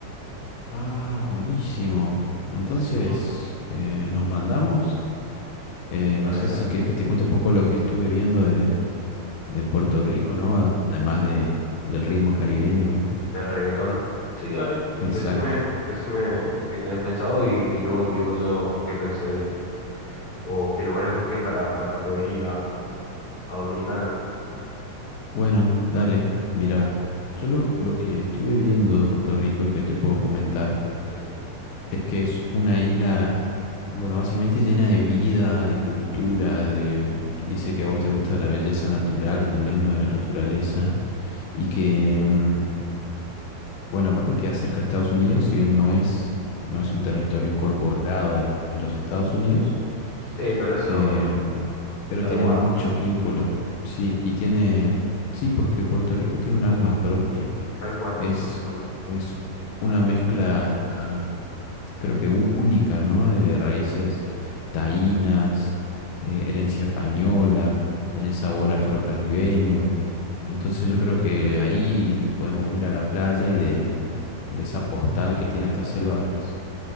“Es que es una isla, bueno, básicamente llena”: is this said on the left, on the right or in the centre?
Left